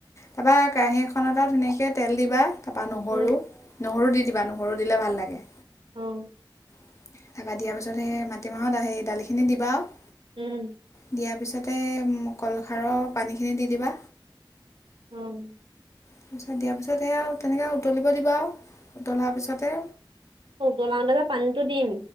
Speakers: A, on the left; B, on the right.
A: তাৰপৰা কেৰাহী এখনত ধুনীয়াকৈ তেল দিবা তাৰপা নহৰু,
B: উম
A: নহৰু, দি দিবা নহৰু দিলে ভাল লাগে
B: অ',
A: তাৰপা, দিয়াৰ পিছত সেই মাটিমাহত সেই দালিখিনি দিবা আৰু
B: উম,
A: দিয়াৰ পিছতে কলখাৰৰ পানীখিনি দি দিবা
B: অ',
A: দিয়াৰ পিছত সেয়া আৰু তেনেকৈ উতলিব দিবা আৰু উতলাৰ পিছতে
B: অ', বনাও তে যে পানীতো দিম